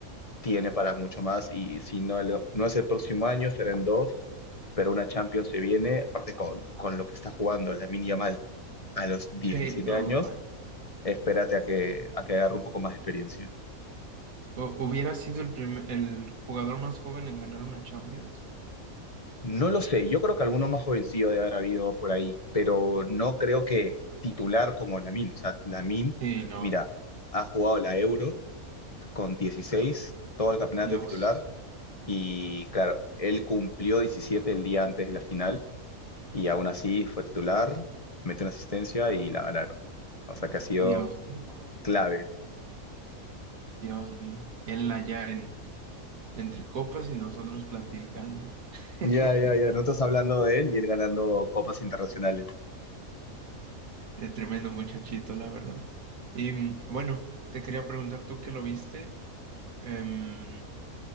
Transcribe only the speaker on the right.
Sí, no,
hombre.
Hu- ¿Hubiera sido el primer- el jugador más joven en ganar una Champions?
Sí, no.
Dios.
Dios mío.
Dios mío. Él allá en entre copas y nosotros platicando. <laughs>
El tremendo muchachito, la verdad. Y mm, bueno, te quería preguntar tú que lo viste, em,